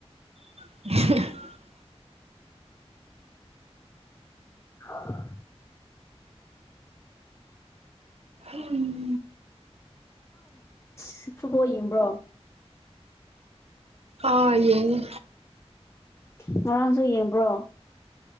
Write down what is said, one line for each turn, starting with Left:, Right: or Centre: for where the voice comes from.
Right: <unintelligible>
Left: ꯍ <unintelligible>
Right: ꯎꯝ
Left: ꯐꯨꯠꯕꯣꯜ ꯌꯦꯡꯕ꯭ꯔꯣ
Right: ꯑꯥ ꯌꯦꯡꯉꯤ
Left: ꯉꯔꯥꯡꯁꯨ ꯌꯦꯡꯕ꯭ꯔꯣ